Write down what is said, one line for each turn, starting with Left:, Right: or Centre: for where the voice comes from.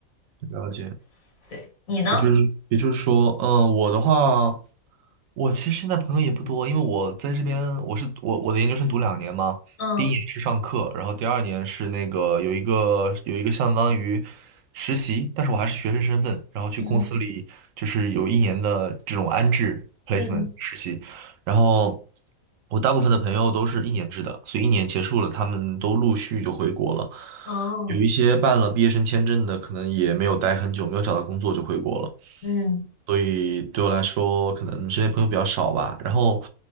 Right: 了解。
Left: <laughs> 对，你呢？
Right: 也就是也就是说，嗯，我的话，我其实现在朋友也不多，因为我在这边，我是我我的研究生读两年嘛，
Left: 嗯
Right: 第一年是上课，然后第二年是那个有一个有一个相当于实习，但是我还是学生身份，然后去公司里就是有一年的这种安置
Left: 嗯
Right: placement
Left: 嗯，
Right: 实习，然后我大部分的朋友都是一年制的，所以一年结束了，他们都陆续就回国了。
Left: 哦，
Right: 有一些办了毕业生签证的，可能也没有待很久，没有找到工作就回国了。
Left: 嗯
Right: 所以对我来说，可能身边朋友比较少吧。然后